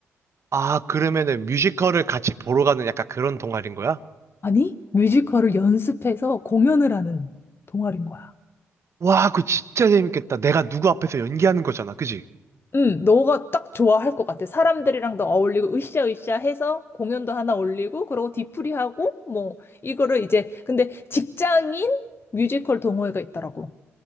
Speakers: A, on the right (about 45°); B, on the left (about 35°).
A: 아, 그러면은 뮤지컬을 같이 보러 가는 약간 그런 동아리인 거야?
B: 아니, 뮤지컬을 연습해서 공연을 하는 동아리인 거야.
A: 와, 그거 진짜 재밌겠다. 내가 누구 앞에서 연기하는 거잖아. 그지?
B: 응, 너가 딱 좋아할 것 같아. 사람들이랑도 어울리고, 으쌰으쌰 해서 공연도 하나 올리고, 그러고 뒤풀이하고, 뭐, 이거를 이제, 근데 직장인 뮤지컬 동호회가 있더라고.